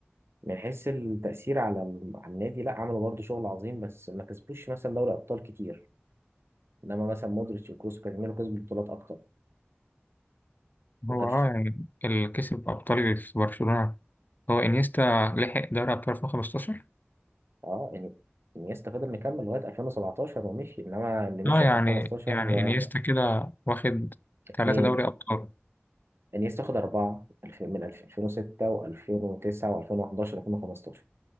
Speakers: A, on the right (about 70°); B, on the left (about 45°).
A: من حيث التاثير على ال- على النادي لا عملوا برضه شغل عظيم بس ما كسبوش مثلا دوري ابطال كتير انما مثلا مودريتش وكروس وكازيميرو كسبوا بطولات اكتر وكانت
B: هو
A: في-
B: اه يعني اللي كسب أبطال في برشلونة هو إنيستا لحق دوري أبطال 2015
A: اه يعني انيستا فضل مكمل لغايه 2017 ومشي انما اللي مشي
B: اه يعني
A: 2015
B: يعني
A: آه،
B: إنيستا كده واخد
A: اتنين
B: ثلاثة دوري أبطال
A: انيستا خد أربعة الف- من الف- 2006 و2009 و2011 و2015